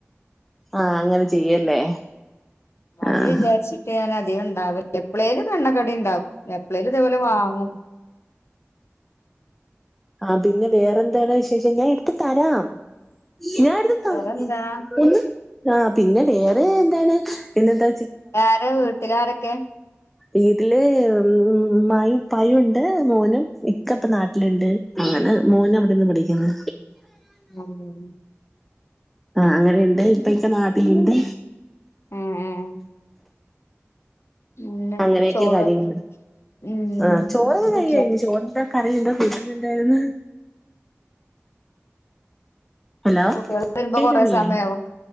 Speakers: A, in the centre; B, on the left.
A: ആഹ് അങ്ങനെ ചെയ്യല്ലേ
B: അത്
A: ആഹ്
B: വിചാരിച്ചിട്ട് ഞാന് അധിക ഇണ്ടാവെല്ല എപ്പ്ളേല് കണ്ണക്കടി ഇണ്ടാക്കും എപ്പളേല് ഇതേപോലെ വാങ്ങും
A: ആഹ് പിന്നെ വേറെന്തണ് വിശേഷം ഞാൻ എടുത്ത് തരാം ഞാ എടുത്ത് ത
B: വേറെന്താ
A: ഒന്ന് ആഹ് പിന്നെ വേറെ എന്താണ് പിന്നന്താ
B: ആര വീട്ടിലാരൊക്കെ
A: വീട്ടില് ഉമ്മായും പയുണ്ട് മോനും ഇക്ക ഇപ്പ നാട്ടിലുണ്ട് അങ്ങനെ മോന് അവിടെന്ന് പഠിക്കുന്ന്
B: <inaudible>
A: ആഹ അങ്ങനെയുണ്ട് ഇപ്പക്കെ നാടിലുണ്ട്
B: ഏഹ് ഏഹ് പിന്നെ
A: അങ്ങനെയൊക്കെ
B: ചോറ്
A: കാര്യങ്ങ
B: ഉം
A: ആ ചോറ് കഴഴിഞ്ഞഞ്
B: കുട്ടികൾ
A: ചോറ്ന്താ കറിയണ്ടോ കൂട്ട എന്തായിന്ന് ഹലോ
B: കുട്ടികൾ
A: കേക്കില്ലേ
B: വരുമ്പോ കൊറേ സമയാവും